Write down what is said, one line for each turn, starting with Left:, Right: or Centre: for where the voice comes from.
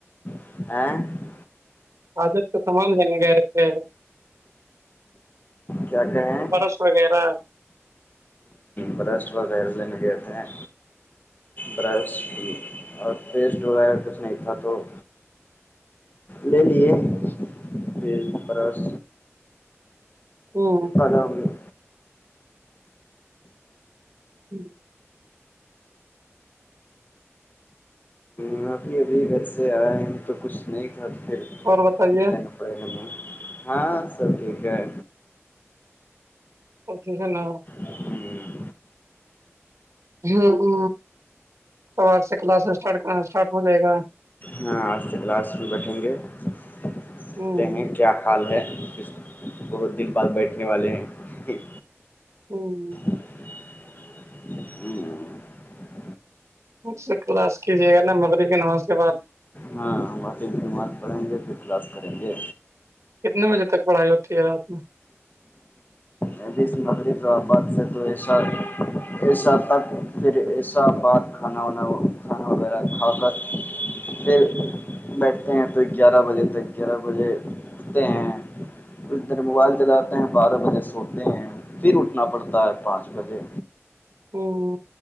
Left: <inaudible>
Right: آادب تو تمام جنے گئے تھے
Left: کیا کہ ہیں
Right: برش وغیرہ
Left: برش وغیرہ لینے گتے ہیں برش بھی اور پیسٹ وغیرہ کچھ نہیں تھا تو لے لیے تج فرس
Right: <inaudible>
Left: پلو
Right: ہوں
Left: ہم ابھی ابھی گھر سے آئے ہیں تو کچھ نہیں تھا تو پھر
Right: اور بتائیے
Left: لینا پڑے ہیں ہاں سب ٹھیک ہے
Right: اورک ہےناا
Left: ہے
Right: ہ ہ سوار سے کلاس اسٹارٹ اسٹارٹ ہو جائے گا
Left: ہاں آج سے کلاس بھی بیٹھیں گے ستے
Right: ہوں
Left: ہیں کیا حال ہے اس بہت دن بعد بیٹھنے والے ہیں ایک
Right: ہوں
Left: ہوں
Right: اس سے کلاس کیجیے گا نا مغرب کی نماز کے بعد
Left: ہاں واقعی خدومات پڑھیں گے پھر کلاس کریں گے
Right: کتنے بجے تک پڑھائی ہوتی ہے رات میں
Left: مب س نگری جو آباد سے توشار ایسا تک پھر ایسا بعد کھانا وانا کھانا وغیرہ کھا کر پھر بیٹھتے ہیں تو گیارہ بجے تک گیارہ بجے اھتے ہیں اس در موبائل چلاتے ہیں بارہ بجے سوتے ہیں پھر اٹھنا پڑتا ہے پانچ بجے
Right: ہ <unintelligible>